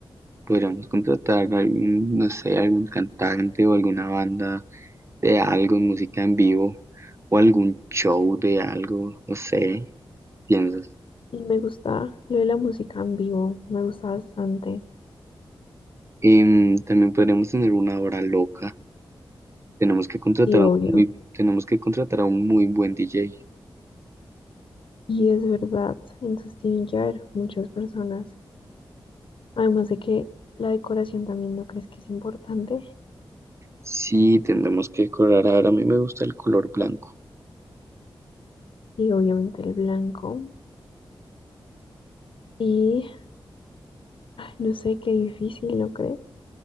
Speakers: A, on the right (about 30°); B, on the left (about 65°).
A: podríamos contratar algún, no sé, algún cantante o alguna banda de algo, música en vivo o algún show de algo, no sé, piensas.
B: Y me gusta lo de la música en vivo, me gusta bastante.
A: Em, también podríamos tener una hora loca Tenemos que contratar
B: Y
A: a
B: obvio.
A: un muy, tenemos que contratar a un muy buen DJ.
B: Y es verdad, entonces tienen que haber muchas personas. Además de que la decoración también, ¿no crees que es importante?
A: Sí, tendremos que decorar. Ahora a mí me gusta el color blanco.
B: Y obviamente el blanco. Y, ay, no sé, qué difícil, ¿no crees?